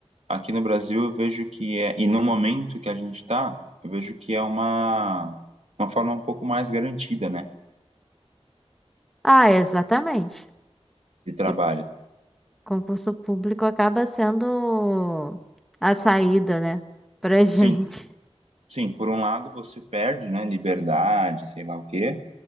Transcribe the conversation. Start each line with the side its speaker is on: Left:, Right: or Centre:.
Right: aqui no Brasil eu vejo que é, e no momento que a gente está, eu vejo que é uma, uma forma um pouco mais garantida, né,
Centre: Ah, exatamente.
Right: de trabalho.
Centre: E o concurso público acaba sendo a saída, né, pra <laughs> gente.
Right: Sim, sim. Por um lado você perde, né, liberdade, sei lá o quê,